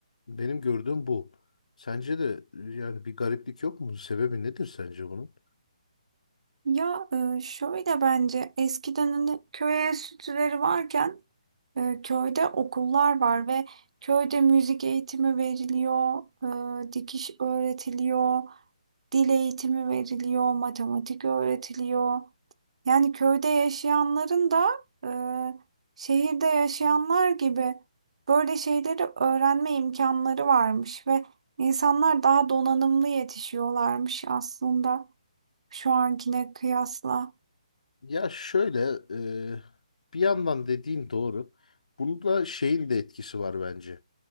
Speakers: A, on the left; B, on the right.
A: benim gördüğüm bu. Sence de e, yani bir gariplik yok mu? Sebebi nedir sence bunun?
B: Ya e, şöyle bence eskiden hani köy enstitüleri varken e, köyde okullar var ve köyde müzik eğitimi veriliyor, e, dikiş öğretiliyor, dil eğitimi veriliyor, matematik öğretiliyor. Yani köyde yaşayanların da e, şehirde yaşayanlar gibi böyle şeyleri öğrenme imkanları varmış ve insanlar daha donanımlı yetişiyorlarmış aslında. Şu ankine kıyasla.
A: Ya şöyle e, bir yandan dediğin doğru. Bunda şeyin de etkisi var bence.